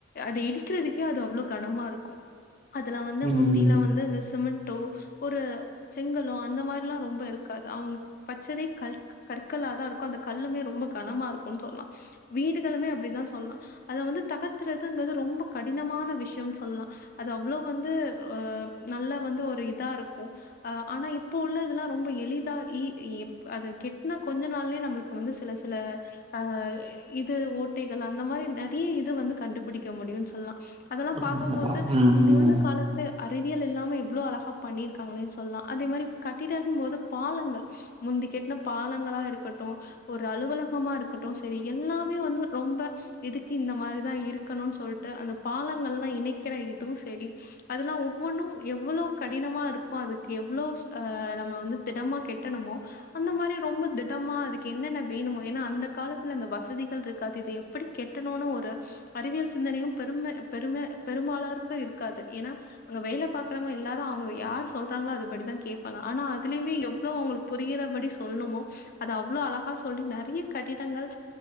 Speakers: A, on the left; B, on the right.
A: அத இடிக்கிறதுக்கே அது அவ்வளோ கனமா இருக்கு அதுலா வந்து
B: ம்.
A: முந்திலா வந்து இந்த சிமிண்ட்டோ ஒரு செங்கலோ அந்த மாரிலா ரொம்ப இருக்காது அவங்க பச்சதே கல்க்கு கற்களாதாருக்கு அந்த கல்லுமே ரொம்ப கனமா இருக்கு சொல்லலா வீடுகளுமே அப்டிதா சொல்லலா அத வந்து தகத்தறுது இங்குறது ரொம்ப கடினமான விஷயம்னு சொல்லலா அது அவ்ளோ வந்து அ நல்ல வந்து ஒரு இதா இருக்கு அ ஆனா இப்போ உள்ள இதெல்லா ரொம்ப எளிதா இ எப் அத கெ இன்னு கொஞ்ச நாள்லயே நம்மளுக்கு வந்து சில சில அ இது ஓட்டைகள் அந்த மாரி நெறைய இது வந்து கண்டுபிடிக்க முடியும்னு சொல்லலா அதெல்லா பாக்கு
B: உண்மதான்.
A: போது
B: ம்,
A: முந்தி உள்ள
B: ம்.
A: காலத்லே அறிவியல் இல்லாம எவ்ளோ அழகா பண்ணியிருக்காங்கன்னே சொல்லலா அதே மாரி கட்டிடங்கள் போது பாலங்கள் முந்தி கெட்ன பாலங்களா இருக்கட்டு ஒரு அலுவலகமா இருக்கட்டு சேரி எல்லாமே வந்து ரொம்ப இதுக்கு இந்த மாரிதா இருக்கணுன்னு சொல்ட்டு அந்த பாலங்கள்ல்லா இணைக்கிற இதுவு சேரி அதெல்லா ஒவ்வொண்ணு எவ்வளோ கடினமாருக்கு அதுக்கு எவ்ளோ நம்ம திடமா கெட்டணுமோ அந்த மாரி ரொம்ப திடமா அதுக்கு என்னென்ன வேணுமோ ஏன்னா அந்த காலத்துல அந்த வசதிகள் இருக்காது தெயுப் எப்டி கெட்டணுனு ஒரு அறிவியல் சிந்தனையும் பெருமை பெருமை பெரும்பாலார்க்கு இருக்காது ஏன்னா அங்க வேல பாக்குறவங்க எல்லாரு அவுங்க யாரு சொல்றாங்களோஅதுபடிதான் கேப்பாங்க ஆனா அதுலயுமே எவ்ளவுங்க புரியறபடி சொல்ணுமோ அது அவ்ளோ அழகா சொல்லி நெறைய கட்டிடங்கள்